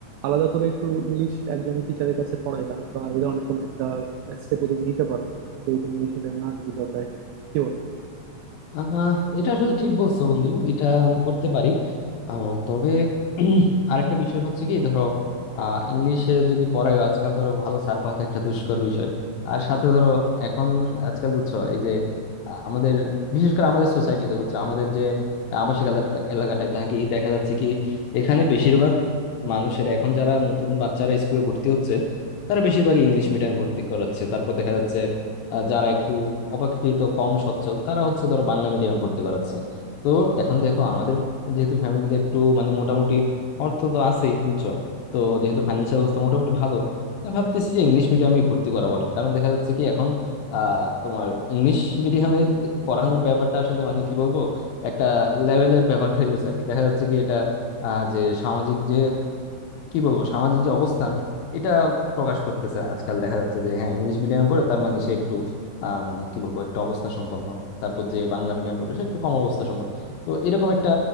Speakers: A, on the right; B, on the left.
A: আলাদা করে একটু ইংলিশ একজন টিচারের কাছে পড়াইলা বা এই ধরনের কোনো একটা স্টেপও তুমি নিতে পারো যদি তুমি ইংলিশ মিডিয়ামে না দিতে চাও তাইলে কি বলো
B: আহ এটা আসলে ঠিক বলছো বন্ধু এটা আমি করতে পারি আহ, তবে <clears throat> আরেকটা বিষয় হচ্ছে কি ধরো আহ, ইংলিশে যদি পড়ায় আজকাল ধরো ভালো ছাড় পাওয়া তো একটা দুষ্কর বিষয় আর সাথে ধরো এখন আজকাল বুঝছো এই যে আহ, আমাদের বিশেষ করে আমাদের সোসাইটিতে বুঝছো আমাদের যে আবাসিক এলাকা এলাকাটায় থাকি দেখা যাচ্ছে কি এখানে বেশিরভাগ মানুষের এখন যারা নতুন বাচ্চারা স্কুলে ভর্তি হচ্ছে তারা বেশিরভাগ ইংলিশ মিডিয়ামে ভর্তি করাচ্ছে তারপর দেখা যাচ্ছে আহ, যারা একটু অপেক্ষাকৃত কম সচ্ছল তারা হচ্ছে ধরো বাংলা মিডিয়ামে ভর্তি করাচ্ছে তো এখন দেখো আমাদের যেহেতু ফ্যামিলিতে একটু মানে মোটামুটি অর্থ তো আছেই বুঝছো তো যেহেতু ফাইন্যান্সিয়াল অবস্থা মোটামুটি ভালো আমি ভাবতেছি যে ইংলিশ মিডিয়ামে ভর্তি করাবো আর কি। কারণ দেখা যাচ্ছে কি এখন আহ তোমার ইংলিশ মিডিয়ামের পড়ানোর ব্যাপারটা আসলে মানে কি বলবো একটা লেভেলের ব্যাপার হয়ে গেছে আর কি দেখা যাচ্ছে কি এটা আহ যে সামাজিক যে কি বলবো সামাজিক যে অবস্থান এটা প্রকাশ করতেছে আজকাল দেখা যাচ্ছে যে হ্যাঁ ইংলিশ মিডিয়ামে পড়ে তার মানে সে একটু আহ, মানে কি বলবো একটু অবস্থা সম্পন্ন তারপর যে বাংলা মিডিয়ামে পড়ে সে একটু কম অবস্থা সম্পন্ন তো এরকম একটা